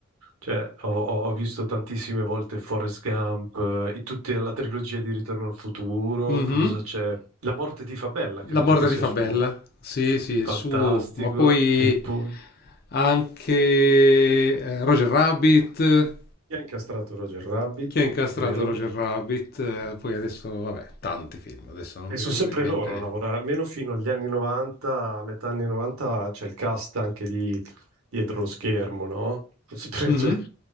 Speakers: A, on the right (about 80°); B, on the left (about 45°).
A: Cioè, ho, ho- ho visto tantissime volte Forrest Gump eh, e tutta la trilogia di Ritorno al futuro.
B: Mhm.
A: Poi cosa c'è? La morte ti fa bella, credo
B: La morte
A: che sia
B: ti fa
A: suo.
B: bella. Sì, sì,
A: Fantastico.
B: è suo, ma poi
A: E poi,
B: anche eh, Roger Rabbit.
A: Chi ha incastrato Roger Rabbit,
B: Chi ha
A: Sì,
B: incastrato
A: vero?
B: Roger
A: questo-
B: Rabbit? Eh, poi adesso, vabbè, tanti film, adesso non
A: E
B: mi
A: sono
B: vengono
A: sempre
B: in mente
A: loro
B: neanche.
A: a lavorare, almeno fino agli anni 90, a metà anni 90 c'è il cast anche di dietro lo schermo, no? Sono Sempre,
B: Mh-mh.
A: <laughs> cioè,